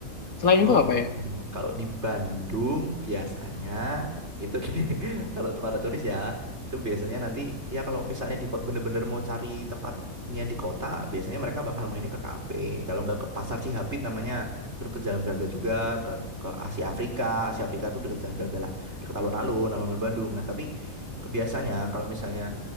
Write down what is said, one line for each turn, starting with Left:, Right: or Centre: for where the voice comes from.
Left: Selain itu
Right: Oh,
Left: apa ya?
Right: kalau di Bandung biasanya itu <laughs> kalau para turis ya itu biasanya nanti ya kalau misalnya di kota bener-bener mau cari tempatnya di kota biasanya mereka bakal mainnya ke kafe kalau nggak ke pasar Cihapit namanya terus ke Jalan Braga juga ke ke Asia Afrika Asia Afrika tuh deket Jalan Braga lah deket alun-alun alun-alun Bandung nah tapi ke- biasanya kalau misalnya